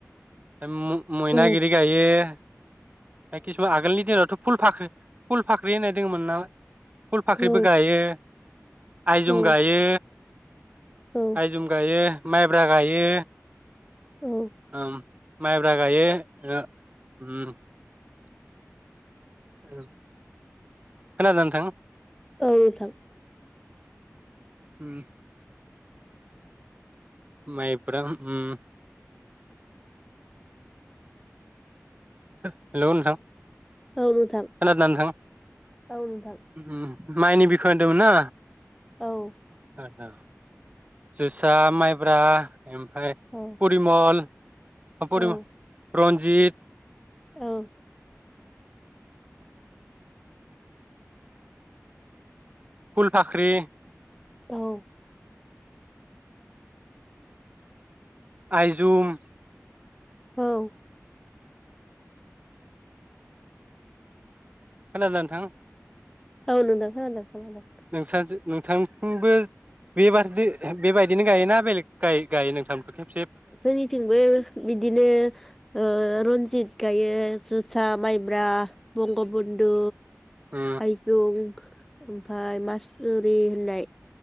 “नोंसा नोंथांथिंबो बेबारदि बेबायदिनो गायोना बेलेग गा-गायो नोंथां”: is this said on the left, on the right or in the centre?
Right